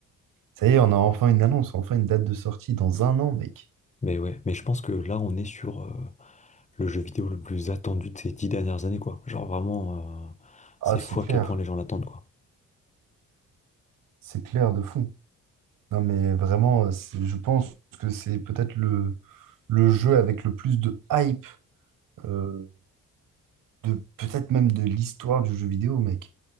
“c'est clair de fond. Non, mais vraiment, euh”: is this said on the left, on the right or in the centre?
Right